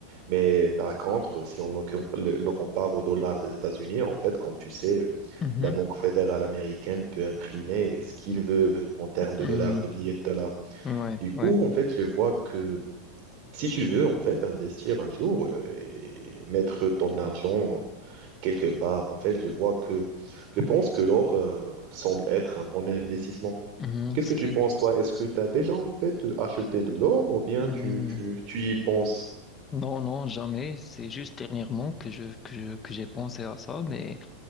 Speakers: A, on the right; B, on the left.
A: Mais par contre, si on le, com- le- le compare au dollar des États-Unis, en fait, comme tu sais,
B: Mhm.
A: la Banque fédérale américaine peut imprimer ce qu'il veut en termes de
B: Mhm.
A: dollars, de billets de dollars.
B: Ouais,
A: Du coup,
B: ouais.
A: en fait, je vois que si tu veux, en fait, investir un jour euh, et mettre ton argent quelque part. En fait, je vois que je pense que l'or euh, semble être un bon investissement.
B: Mhm,
A: Qu'est-ce
B: ce
A: que
B: qui-
A: tu penses, toi? Est-ce que tu as déjà en fait acheté de l'or ou bien
B: mhm.
A: tu, tu, tu y penses?
B: Non, non, jamais. C'est juste dernièrement que je, que je- que j'ai pensé à ça, mais,